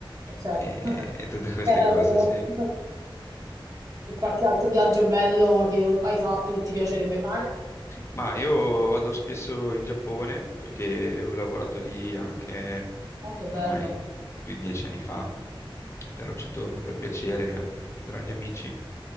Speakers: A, on the right (about 40°); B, on the left (about 30°).
A: Eh, certo,
B: e,
A: <laughs>
B: e tutte queste
A: terra
B: cose,
A: loro.
B: sì.
A: <laughs> E qualche altro viaggio bello che o- hai fatto o ti piacerebbe fare?
B: Ma io vado spesso in Giappone perché ho lavorato lì anche
A: Ah, che bello,
B: ormai più di dieci anni fa, però ci torno per piacere am- tra gli amici